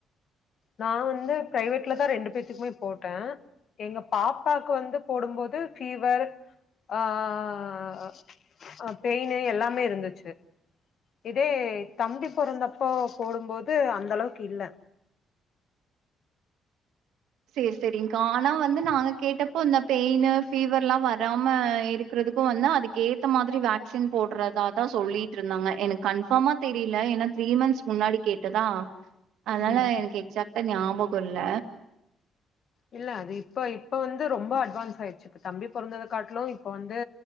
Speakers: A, on the left; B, on the right.
A: நான் வந்து பிரைவேட்லதான் ரெண்டு பேத்துக்குமே போட்டேன் எங்க பாப்பாக்கு வந்து போடும்போது ஃபீவர் அஹ் பெயின் எல்லாமே இருந்துச்சு இதே தம்பி பிறந்தப்போ போடும்போது அந்த அளவுக்கு இல்ல
B: சரி சரி்கா ஆனா வந்து நாங்க கேட்டப்போ இந்த பெயின் ஃபீவர் எல்லாம் வராம இருக்கிறதுக்கும் வந்து அதுக்கு ஏத்த மாதிரி வேக்சின் போடுறதாாதான் சொல்லிட்டு இருந்தாங்க எனக்கு கன்பர்மா தெரியல ஏன்னா த்ரீ மந்த்ஸ் முன்னாடி கேட்டதா அதனால
A: ம்
B: எனக்கு எக்சாக்ட்டா ஞாபகம் இல்ல
A: இல்ல அது இப்ப இப்ப வந்து ரொம்ப அட்வான்ஸ் ஆயிடுச்சு இப்ப தம்பி பொறந்தக்காட்டிலும் இப்ப வந்து